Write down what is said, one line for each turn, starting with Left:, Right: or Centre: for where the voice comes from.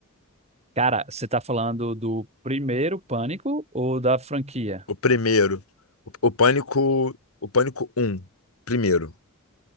Right: Cara, você tá falando do primeiro Pânico ou da franquia?
Left: O primeiro, o, o Pânico, o Pânico um primeiro.